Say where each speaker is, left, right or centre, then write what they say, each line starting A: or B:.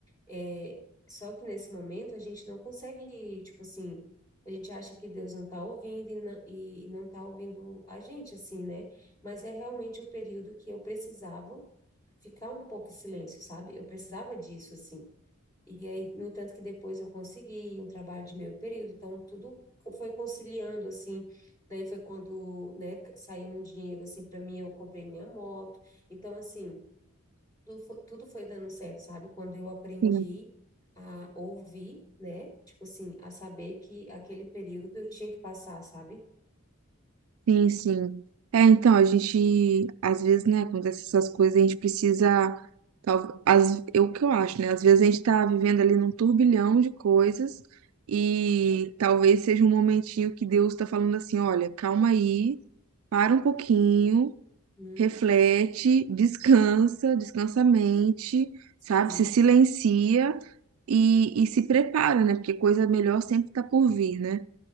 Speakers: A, on the left; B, on the right.
A: é só que nesse momento a gente não consegue, tipo assim a gente acha que Deus não está ouvindo e não, e não está ouvindo a gente, assim, né? Mas é realmente o período que eu precisava ficar um pouco em silêncio, sabe? Eu precisava disso, assim. E aí, no entanto, que depois eu consegui um trabalho de meio período, então tudo co- foi conciliando, assim. Daí foi quando, né, saiu um dinheiro, assim, para mim, eu comprei minha moto. Então, assim tudo foi, tudo foi dando certo, sabe? Quando eu aprendi
B: sim,
A: a ouvir, né? Tipo assim, a saber que aquele período eu tinha que passar, sabe?
B: sim, sim. É, então, a gente, às vezes, né, acontece essas coisas, a gente precisa, tal, as, é o que eu acho, né, às vezes a gente tá vivendo ali num turbilhão de coisas e talvez seja um momentinho que Deus tá falando assim, olha, calma aí, para um pouquinho,
A: Uhum,
B: reflete, descansa, descansa a mente,
A: sim,
B: sabe? Se silencia e, e se prepara, né? Porque coisa melhor sempre tá por vir, né?